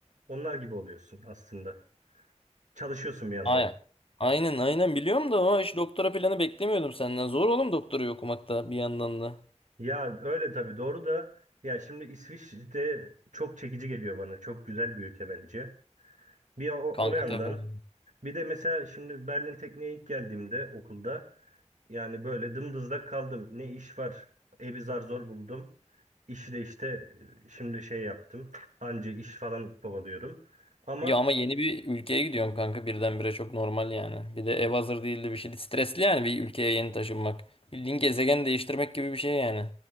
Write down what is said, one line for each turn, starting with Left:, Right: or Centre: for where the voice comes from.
Right: onlar gibi oluyorsun aslında. Çalışıyorsun bir yandan.
Left: Aynen. Aynen, aynen biliyorum da o hiç doktora planı beklemiyordum senden. Zor oğlum doktorayı okumak da bir yandan da.
Right: Ya öyle tabii doğru da ya şimdi İsviçre çok çekici geliyor bana. Çok güzel bir ülke bence. Bir o,
Left: Kanka
Right: o yandan
Left: tabii.
Right: bir de mesela şimdi Berlin Tekniğe ilk geldiğimde okulda yani böyle dımdızlak kaldım. Ne iş var? Evi zar zor buldum. İşi de işte e, şimdi şey yaptım. Anca iş falan kovalıyorum. Ama
Left: Ya ama yeni bir ülkeye gidiyorum kanka birdenbire çok normal yani. Bir de ev hazır değildi bir şey. Stresli yani bir ülkeye yeni taşınmak. Bildiğin gezegen değiştirmek gibi bir şey yani.